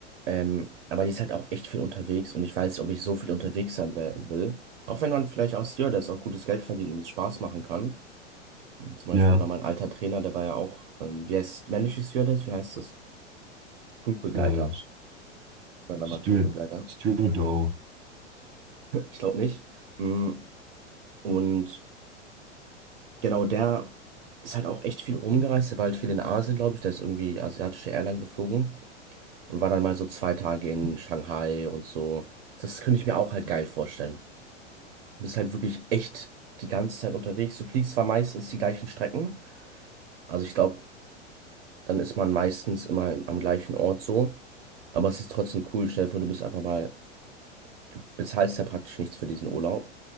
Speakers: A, on the right; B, on the right.
A: ähm, aber die ist halt auch echt viel unterwegs und ich weiß nicht, ob ich so viel unterwegs sein werden will. Auch wenn man vielleicht als Stewardess auch gutes Geld verdient und es Spaß machen kann. Und Zum Beispiel
B: Ja,
A: war mein alter Trainer, der war ja auch, ähm, wie heißt männliche Stewardess? Wie heißt das? Flugbegleiter.
B: äh,
A: Sagen wir
B: Steward,
A: mal Flugbegleiter.
B: Stewardo.
A: Ich glaube nicht. Mhm. Und genau, der ist halt auch echt viel rumgereist. Der war halt viel in Asien, glaube ich. Der ist irgendwie asiatische Airline geflogen. und war dann mal so zwei Tage in Shanghai und so. Das könnte ich mir auch halt geil vorstellen. Du bist halt wirklich echt die ganze Zeit unterwegs. Du fliegst zwar meistens die gleichen Strecken, also ich glaube, dann ist man meistens immer im- am gleichen Ort so, aber es ist trotzdem cool. Stell dir vor, du bist einfach mal, du bezahlst ja praktisch nichts für diesen Urlaub